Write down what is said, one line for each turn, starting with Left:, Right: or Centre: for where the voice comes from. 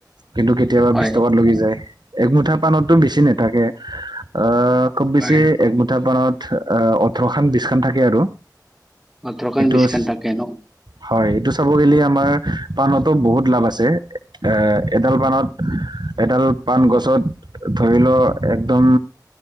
Right: কিন্তু কেতিয়াবা
Centre: হয়
Right: বিছ টকাত লগি যায় একমুঠা পানতো বেছি নাথাকে আহ খুব বেছি
Centre: হয়
Right: একমুঠা পানত ওঠৰখান বিছখান থাকে আৰু
Centre: ওঠৰখন
Right: এইটোচ
Centre: বিছখন থাকে ন
Right: হয় এইটো চাব গলে আমাৰ পাণতো বহুত লাভ আছে এ এডাল বানত এডাল পাণ গছত ধৰি ল একদম